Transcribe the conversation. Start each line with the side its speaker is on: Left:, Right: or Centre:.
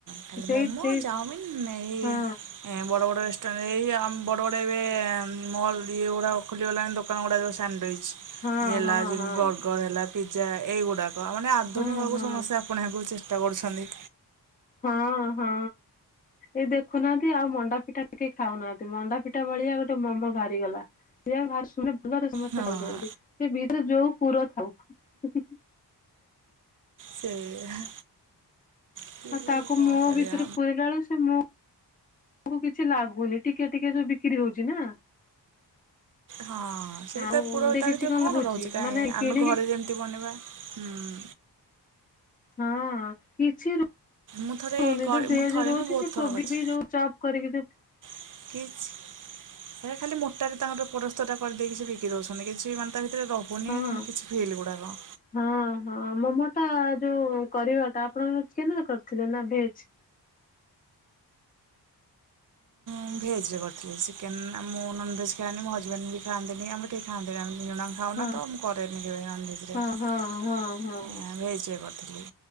Right: ଖାଲି
Left: ସେଇ
Right: ମୋମୋ
Left: ସେଇ
Right: ଚାଉମିନ୍ ଏଇ ଏ
Left: ହଁ
Right: ବଡ ବଡ ରେଷ୍ଟୁରାଣ୍ଟ ଏଇ ଆମ ବଡ ବଡ ଏବେ ମଲ୍ ଇଏ ଗୁଡାକ ଖୋଲିଗଲାଣି ଦୋ କଣ ଗୋଟା ଯୋଉ ସାଣ୍ଡୱିଚ୍
Left: ହଁ
Right: ହେଲା
Left: ହଁ
Right: ଯେମିତି
Left: ହଁ
Right: ବଗର ହେଲା। ପିଜା ଏଇଗୁଡ଼ାକ ମାନେ ଆଧୁନିକକୁ
Left: ହଁ ହଁ।
Right: ସମସ୍ତେ ଆପଣେଇବାକୁ ଚେଷ୍ଟା କରୁଛନ୍ତି।
Left: ହଁ ହଁ। ଏଇ ଦେଖୁନାହାନ୍ତି ଆଉ ମଣ୍ଡା ପିଠା କେହି ଖାଉ ନାହାନ୍ତି ମଣ୍ଡା ପିଠା ଭଳିଆ ଗୋଟେ ମୋମୋ ବାହାରି ଗଲା। ସେଆ କୁ ଭାରୀ ଶୁଆ ମାନେ ଭଲରେ ସମସ୍ତେ
Right: ହଁ
Left: ଖାଉଛନ୍ତି ସେ ଭିତରେ ଯୋଉ ପୁର ଥାଉ।
Right: ସେଇଆ। ସେ
Left: ଆଉ ତାକୁ
Right: କଣ
Left: ମୋମ
Right: କରିବା
Left: ଭିତରେ ପୁରେଇଲା ବେଳୁକୁ ସେ ମୋ ଟୁକୁ କିଛି ଲାଗୁନି ଟିକେ ଟିକେ ଯୋଉ ବିକ୍ରି ହଉଛି ନା।
Right: ହଁ ସେଇ
Left: ଆଉ
Right: ତା ପୁର
Left: ସେ
Right: ତା
Left: କିଛି
Right: ଭିତରେ କଣ
Left: ଲାଗୁଛି
Right: ରହୁଛି କାଇଁ
Left: ମାନେ କିଣିକି
Right: ଆମେ ଘରେ ଯେମତି। ଦି ବନେଇବା ହୁଁ।
Left: ହଁ କିଛି ରହୁନି
Right: ମୁଁ ଥରେ କ
Left: ଯୋଉ ଭେଜ
Right: ମୁଁ ଥରେ
Left: ରହୁଛି
Right: ନୁହଁ ବହୁତ
Left: ସେ
Right: ଥର
Left: କୋବି
Right: କରିଛି
Left: ବି ଯୋଉ। ଚପ୍ କରିକି ଯେଉ।
Right: କିଛି। ସେ ଖାଲି ମୋଟାରେ ତାଙ୍କର ପରସ୍ତ ଟା କରିଦେଇକି ସେ ବିକି ଦଉଛନ୍ତିି କିଛି ମାନେ ତା ଭିତରେ ରହୁ ଉନି
Left: ହଁ।
Right: କିଛି ଫିଲ ଗୁଡ଼ାକ।
Left: ହଁ ହଁ ମୋମୋ ଟା ଯୋଉ କରିବାଟା ଆପଣ ଚିକେନ ରେ କରିଥିଲେ ନା ଭେଜ।
Right: ମୁ ଭେଜ୍ ରେ କରିଥିଲି ଚିକେନ ଆ ମୁଁ ନନଭେଜ୍ ଖାଏନି ମୋ ହଜବେଣ୍ଡ ବି ଖଆନ୍ତିିନି ଆମର କେହି ଖାଆନ୍ତିନି ଆମେ ଦି ଜଣ। ଖାଉନା
Left: ହଁ
Right: ତ ମୁଁ କରେନି କେବେ ନନଭେଜ୍ ରେ
Left: ହଁ
Right: ଆଁ
Left: ହଁ ହଁ ହଁ।
Right: ଭେଜ୍ ରେ କରିଥିଲି।